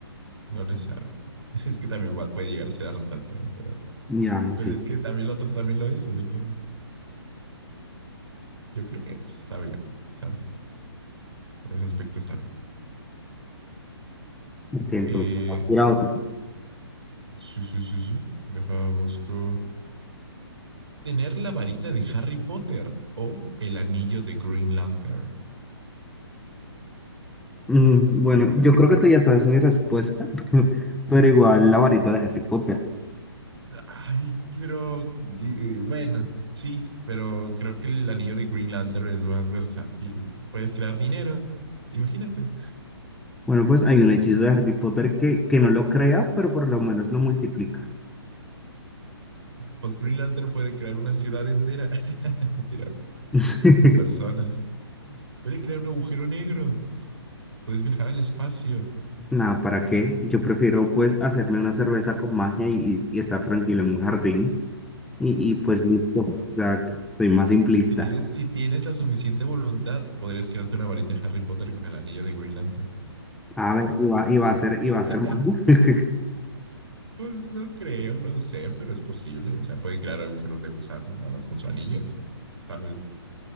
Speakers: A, on the right; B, in the centre.
A: no le sabe. <laughs> Es que también va- puede llegar a ser hartante, ¿eh? pero,
B: Ya,
A: pero
B: sí.
A: es que también lo otro también lo es, así que yo creo que pues, está bien, ¿sabes? En ese aspecto está bien.
B: Entonces,
A: Eh,
B: tira otra.
A: Sí, sí, sí, sí. Deja, busco. Tener la varita de Harry Potter o el anillo de Green Lantern.
B: Mm, bueno,
A: Eso está
B: yo
A: cabrón.
B: creo que tú ya sabes mi respuesta, <laughs> pero igual la varita de Harry Potter.
A: Ay, pero y- bueno, sí, pero creo que el anillo de Green Lantern es más versátil. Puedes crear dinero. Imagínate.
B: Bueno, pues hay un hechizo de Harry Potter que, que no lo crea, pero por lo menos lo multiplica.
A: Pues Green Lantern puede crear una ciudad entera. <laughs> Mentira,
B: <laughs>
A: con personas. Puede crear un agujero negro. Puedes viajar al espacio.
B: Nada, ¿para qué? Yo prefiero pues hacerme una cerveza con magia y, y estar tranquilo en un jardín. Y, y pues listo, o sea, soy más simplista.
A: Si tienes, si tienes la suficiente voluntad, podrías crearte una varita de Harry Potter con el anillo de Green Lantern.
B: A ver, iba, iba a ser, iba a
A: <laughs>
B: ser magia, <laughs>
A: Pues no creo, no sé, pero es posible. O sea, pueden crear agujeros de gusano nada más con su anillo, o sea, ¿sabes?